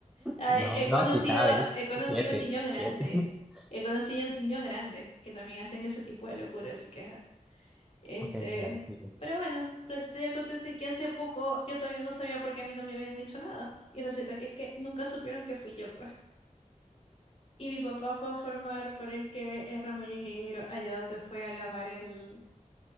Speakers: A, on the left; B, in the centre.
A: Ah,
B: No,
A: He
B: no,
A: he conocido,
B: si sabes.
A: he conocido
B: Siete,
A: niños grandes,
B: siete. <laughs>
A: he conocido niños grandes que también hacen ese tipo de locuras, así que... ajá. Este,
B: Ok, dale, sigue.
A: pero bueno, resulta y acontece que hace poco yo todavía no sabía por qué a mí no me habían hecho nada. Y resulta que es que nunca supieron que fui yo, pues. Y mi papá fue a formar, pero es que es remollejero, allá donde fue a lavar el,